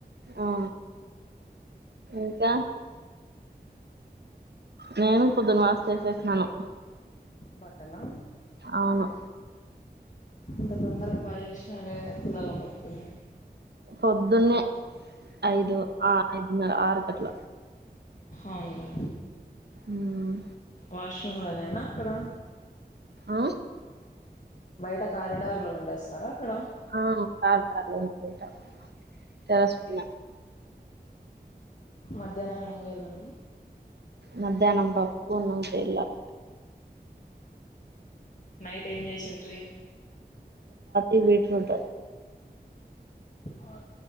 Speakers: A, on the right (about 75°); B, on the left (about 45°).
A: ఆ ఇంకా నేను పొద్దున వాస్ చేసేసినాను
B: బట్టలా
A: అవును
B: ఇంత తొందరగా బాగా చేసినారే పిల్లలను పట్టుకొని
A: పొద్దున్నే ఐదు ఆ ఐదున్నర, ఆరు కట్ల
B: అవునులే
A: మ్మ్
B: వాషురూమ్లో నేనా అక్కడ
A: ఆ
B: బయట కారిడార్లో పిండేస్తారా. అక్కడ
A: ఆ కారిడార్లొ పిండుకుంటాం. తస్పి
B: మధ్యాహ్నం ఏం చేయాలండి.
A: మధ్యాహ్నం పప్పు బెల్లం.
B: నైట్ ఏం చేసుంట్రీ.
A: ఇది బీట్ట్రూట్.
B: అ